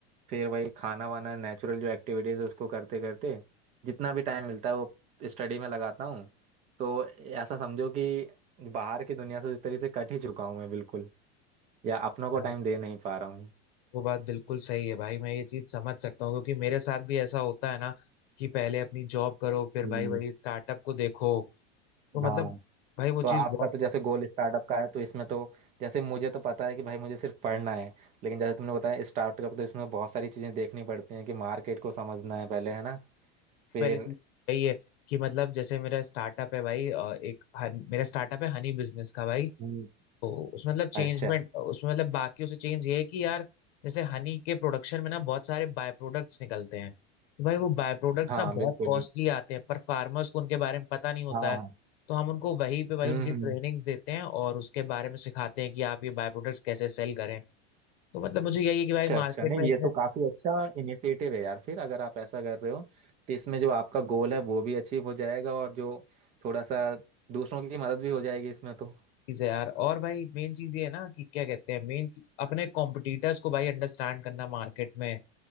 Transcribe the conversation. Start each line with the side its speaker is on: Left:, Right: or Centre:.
Right: फिर वही खाना वाना नेचुरल जो एक्टिविटीज़ है उसको करते करते जितना भी टाइम मिलता है वो स्टडी में लगाता हूँ तो ऐसा समझो कि बाहर की दुनिया से एक तरीके से कट ही चुका हूँ मैं बिल्कुल या अपनों को
Left: यार
Right: टाइम दे नहीं पा रहा हूँ
Left: वो बात बिल्कुल सही है भाई मैं ये चीज समझ सकता हूँ क्योंकि मेरे साथ भी ऐसा होता है ना कि पहले अपनी जॉब करो फिर
Right: हम्म,
Left: भाई वही स्टार्टअप को देखो वो
Right: हाँ
Left: मतलब भाई वो
Right: तो आपका
Left: चीज बहुत
Right: तो जैसे गोल स्टार्टअप का है तो इसमें तो जैसे मुझे तो पता है कि भाई मुझे सिर्फ पढ़ना है लेकिन जैसे तुमने बताया स्टार्टअप तो इसमें बहुत सारी चीज़ें देखनी पड़ती हैं कि मार्केट को समझना है पहले है ना फिर
Left: पहली चीज यही है कि मतलब जैसे मेरा स्टार्टअप है भाई अ, एक हन, मेरा स्टार्टअप है हनी बिजनेस का भाई
Right: हम्म,
Left: तो उसमें मतलब चेंजमेंट
Right: अच्छा
Left: उसमें मतलब बाकी उसे चेंज ये है कि यार जैसे हनी के प्रोडक्शन में ना बहुत सारे बाय प्रोडक्ट्स निकलते हैं तो भाई वो बाय प्रोडक्ट्स
Right: हाँ
Left: ना बहुत
Right: बिल्कुल
Left: कॉस्टली
Right: बिल्कुल
Left: आते हैं पर फार्मर्स को उनके बारे में पता नहीं होता
Right: हाँ
Left: है
Right: हाँ
Left: तो हम उनको वहीं पे भाई
Right: हम्म
Left: उनकी
Right: हम्म
Left: ट्रेनिंग्स देते हैं और उसके बारे में सिखाते हैं कि आप ये बाय प्रोडक्ट्स कैसे सेल करें तो मतलब मुझे यही है कि भाई
Right: अच्छा
Left: मार्केट
Right: अच्छा नहीं
Left: में इतने
Right: ये तो काफी अच्छा इनिशिएटिव है यार फिर अगर आप ऐसा कर रहे हो तो इसमें जो आपका गोल है वो भी अचीव हो जाएगा और जो थोड़ा सा दूसरों की मदद भी हो जाएगी इसमें तो
Left: चीज है यार और भाई मेन चीज ये है ना कि क्या कहते हैं मेन अपने कॉम्पिटिटर्स को भाई अंडरस्टैंड करना मार्केट में